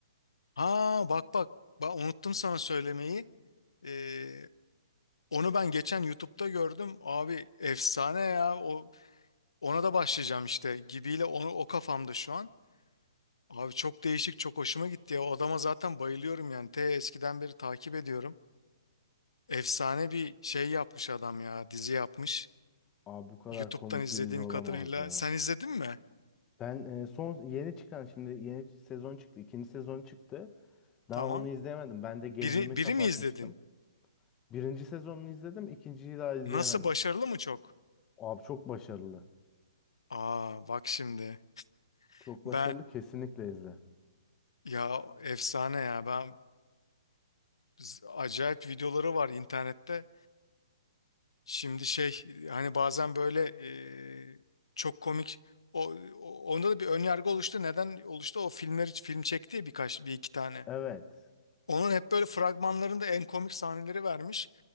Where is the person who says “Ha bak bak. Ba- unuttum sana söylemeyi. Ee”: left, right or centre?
Left